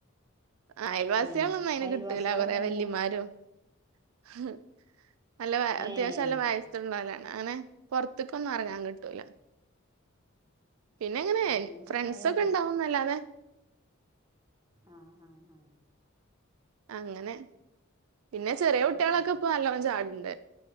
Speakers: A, on the right (about 80°); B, on the right (about 20°).
A: അയൽവാസികളൊന്നും
B: ഏ
A: അയിന്
B: അയൽവാസികളൊക്കെ
A: കിട്ടൂല കൊറെേ
B: എങ്ങനെ
A: വല്യമാരോ <unintelligible> നല്ല അത്യാവശ്യം
B: ഏ ഏ
A: നല്ല വയസ് ഉള്ളവരാണ് അനെ പൊറത്തോട്ടുങ്ങും അ റങ്ങാൻ കിട്ടൂല പിന്നെ എങ്ങനെ
B: അങ്ങനൊന്നും
A: ഫ്രണ്ട്സൊക്കെ
B: ആയാ രസം
A: ഇണ്ടാവുന്നല്ലാതെ
B: ആ ആ ആ
A: അങ്ങന പിന്നെ ചെറിയ കുട്ടിളൊക്കെപ്പം
B: ഉം
A: നല്ലോം ചാടും. ഉണ്ട്